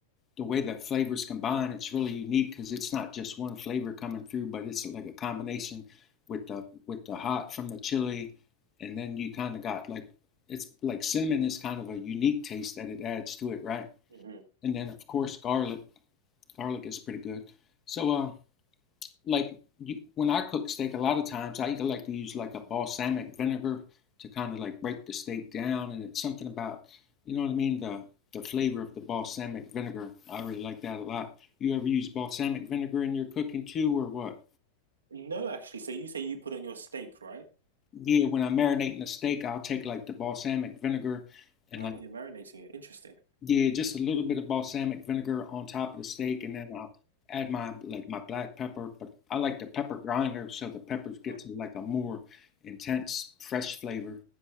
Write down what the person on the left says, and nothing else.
the way the flavors combine. It's really unique because it's not just one flavor coming through, but it's like a combination with the with the hot from the chili, and then you kind of got like it's like cinnamon is kind of a unique taste that it adds to it, right?
And then of course garlic, garlic is pretty good. So, uh, like you, when I cook steak, a lot of times I either like to use like a balsamic vinegar to kind of like break the steak down, and it's something about, you know what I mean, the the flavor of the balsamic vinegar. I really like that a lot. You ever use balsamic vinegar in your cooking too, or what?
Yeah, when I'm marinating a steak, I'll take like the balsamic vinegar and
like
Yeah, just a little bit of balsamic vinegar on top of the steak, and then I'll add my like my black pepper. But I like the pepper grinder, so the peppers
get to like a more intense, fresh flavor.